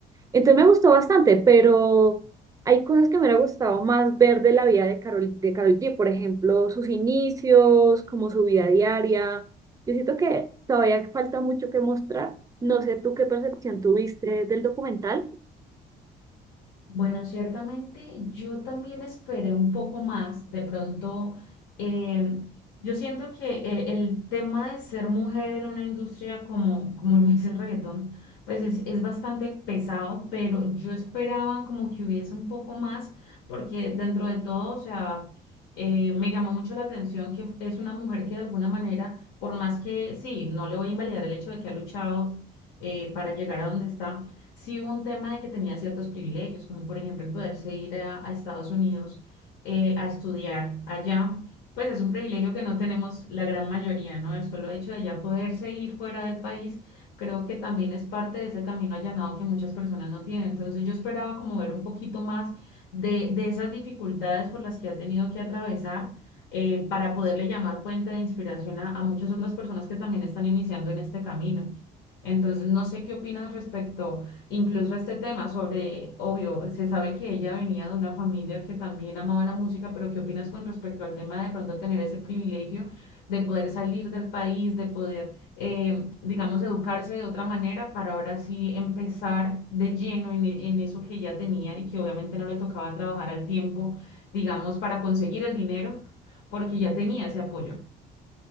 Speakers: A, on the right; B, on the left.
A: Entonces me gustó bastante, pero hay cosas que me hubiera gustado más ver de la vida de Carol, de Karol G, por ejemplo, sus inicios, como su vida diaria. Yo siento que todavía falta mucho que mostrar. No sé tú qué percepción tuviste del documental.
B: Bueno, ciertamente yo también esperé un poco más. De pronto, eh, yo siento que eh, el tema de ser mujer en una industria como, como lo es el reggaetón, pues es, es bastante pesado, pero yo esperaba como que hubiese un poco más, porque dentro de todo, o sea, eh, me llamó mucho la atención que es una mujer que de alguna manera, por más que sí, no le voy a invalidar el hecho de que ha luchado eh, para llegar a donde está sí hubo un tema de que tenía ciertos privilegios, como por ejemplo el poderse ir a, a Estados Unidos eh, a estudiar allá, pues es un privilegio que no tenemos la gran mayoría, ¿no? El solo hecho de allá poderse ir fuera del país, creo que también es parte de ese camino allanado que muchas personas no tienen. Entonces yo esperaba como ver un poquito más de, de esas dificultades por las que ha tenido que atravesar. eh, para poderle llamar fuente de inspiración a a muchas otras personas que también están iniciando en este camino. Entonces, no sé qué opinas respecto Incluso este tema sobre, obvio, se sabe que ella venía de una familia que también amaba la música, pero ¿qué opinas con respecto al tema de pronto tener ese privilegio de poder salir del país, de poder, eh, digamos, educarse de otra manera para ahora sí empezar de lleno en, e- en eso que ella tenía y que obviamente no le tocaba trabajar al tiempo, digamos, para conseguir el dinero, porque ya tenía ese apoyo?